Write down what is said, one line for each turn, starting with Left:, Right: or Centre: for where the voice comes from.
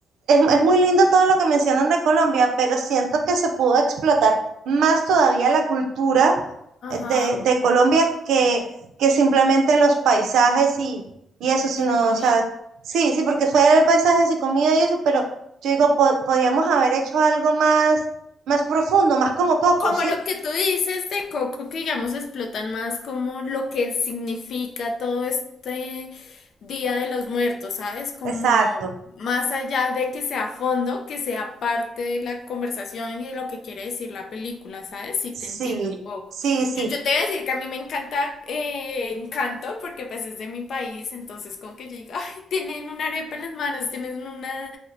Right: es muy lindo todo lo que mencionan de Colombia, pero siento que se pudo explotar más todavía la cultura
Left: ajá.
Right: de, de Colombia que, que simplemente los paisajes y, y eso, sino,
Left: Y la comida.
Right: o sea, sí, sí, porque fue el paisaje y comida y eso, pero yo digo, po- podríamos haber hecho algo más, más profundo, más como Coco,
Left: Como
Right: ¿sí?
Left: lo que tú dices de Coco, que digamos explotan más como lo que significa todo este Día de los Muertos, ¿sabes? Como
Right: Exacto,
Left: más allá de que sea fondo, que sea parte de la conversación y de lo que quiere decir la película, ¿sabes? Sí
Right: sí,
Left: te entiendo un poco.
Right: sí, sí.
Left: Yo, yo te voy a decir que a mí me encanta eh, Encanto, porque pues es de mi país, entonces como que yo digo, ay, tienen una arepa en las manos, tienen una